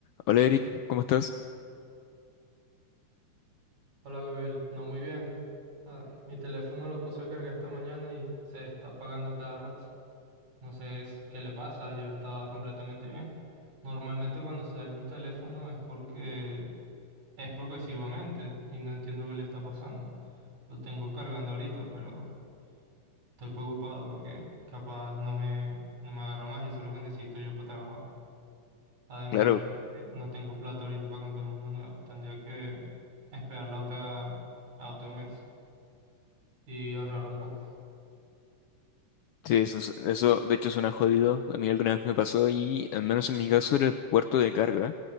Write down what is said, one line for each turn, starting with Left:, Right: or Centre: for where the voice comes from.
Left: Hola Eric, ¿cómo estás?
Right: Hola Gabriel, no muy bien. Ah, mi teléfono lo puse a cargar esta mañana y se está apagando cada rato. No sé es- qué le pasa, ayer estaba completamente bien. Normalmente cuando se daña un teléfono es porque es progresivamente y no entiendo qué le está pasando. Lo tengo cargando ahorita, pero estoy preocupado porque capaz no me, no me agarra más y eso es lo que necesito yo para trabajar. Además
Left: Claro,
Right: que no tengo plata ahorita para comprarme uno nuevo, tendría que esperar la otra a otro mes. y ahorrar un poco.
Left: sí, eso, es- eso de hecho suena jodido. A mí alguna vez me pasó y al menos en mi caso era el puerto de carga,